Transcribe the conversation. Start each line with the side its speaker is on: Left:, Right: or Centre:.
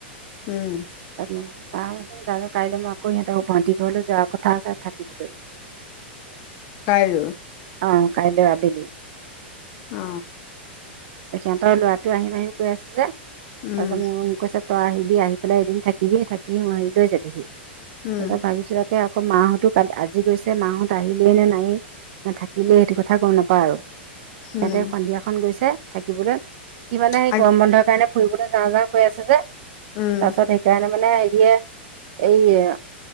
Left: উম
Right: ছোন চাওঁচোন জানো কাইলৈ মই আকৌ সিহঁতৰ গুৱাহাটীৰ ঘৰলৈ যোৱাৰ কথা আছে থাকিবলৈ
Left: কাইলৈ
Right: অ কাইলৈ আবেলি
Left: অ
Right: দে সিহঁতৰ ল'ৰাটো আহিম আহিম কৈ আছে যে তাৰপিছত
Left: উম,
Right: মোক মোক কৈছে তই আহিবি আহি পেলাই এদিন থাকিবি থাকিি মই লৈ যাবিহি তাৰপিছত
Left: উম।
Right: ভাবিছো তাকে আকৌ মাহতো আজি গৈছে মাহত আহিলেইে নে নাই ন থাকিলে সেইটো কথা গম নাপাওঁ আৰু সিহতে
Left: উম।
Right: সন্ধিয়াখন গৈছে থাকিবলৈ সি মানে সেই
Left: আ
Right: গৰম
Left: উম,
Right: বন্ধৰ কাৰণে ফুৰিবলৈ যাওঁ যাওঁ কৈ আছে যে তাৰপাছত
Left: অ'। উম।
Right: সেইকাৰণে মানে হেৰিয়ে এই